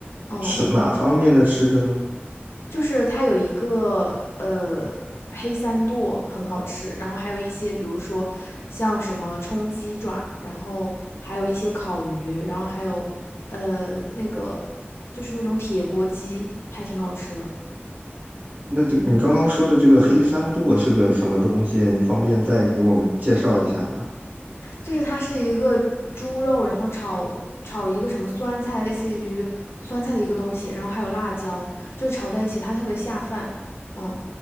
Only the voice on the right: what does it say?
是哪方面的吃的呢？
那这你刚刚说的这个黑三剁是个什么东西啊？你方便再给我们介绍一下吗？